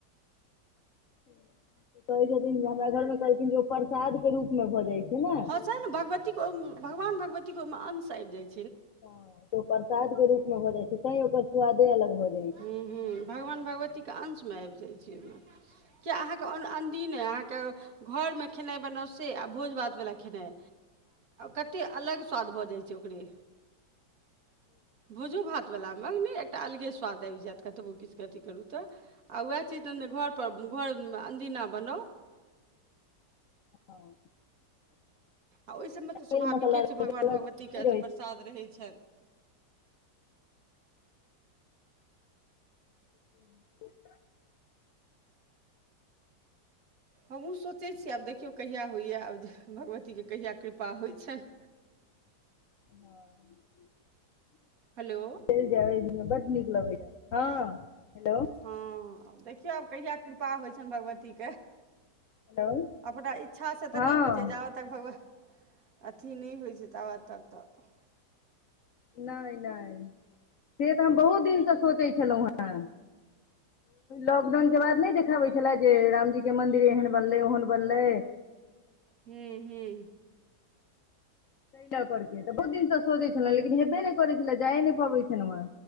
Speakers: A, on the left; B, on the right.
A: <inaudible> कहै छथिन जे हमरा घर मे कहलखिन जे ओ प्रसाद के रूप मे भऽ जाइ छै ने। हँ
B: से न भगवती के भगवान भगवती के अंश आबि जाय छनि।
A: ह त ओ प्रसाद के रूप मे हो जाइ छै तैंय ओकर स्वादे अलग हो जा छैय।
B: हुँ हुँ भगवान भगवतीके अंशमे आबि जाइत छै ने। किए अहाँके अन अनदीने अहाँके घरमे खेनाइ बनौउ से आ भोज भातवला खेनाई कतेक अलग स्वाद भऽ जाइ छै ओकरे। भोजो भातवला मे नहि एकटा अलगे स्वाद आबि जायत। कतबो किछुके अथि करू तऽ आ वैह चीज घर पर अनदीना बनाउ
A: <inaudible>
B: आ ओहिसभमे तऽ
A: तेल
B: स्वाभाविके
A: मसाला
B: छै भगवान भगवतीके अथि
A: रहै
B: प्रसाद रहैत छनि।
A: <inaudible>
B: हमहुँ सोचै छी आब देखियौ कहिया होइए आब जे भगवतीके कहिया कृपा होइ छैन।
A: हँ।
B: हलो।
A: चलि जायब दिन बड नीक लगेया हँ हेलो।
B: हँ देखियौ आब कहिआ कृपा होइ छनि भगवतीके।
A: हेलो
B: अपना इच्छा से तऽ
A: हँ
B: नहि होइ छै जाबत तक भगवह, अथि नहि होइ छै ताबत तक तऽ।
A: नै नै से तऽ हम बहुत दिनसँ सोचै छलहुँ हेँ। लॉकडाउन के बाद नहि देखाबै छले जे रामजी के मंदिर एहन बनलै ओहन बनलै।
B: हुं हुं।
A: त लऽ करके तऽ बहुत दिनसँ सोजै छलहु लेकिन हेबे नहि करै छलै जाइए नहि पबै छलहु हें।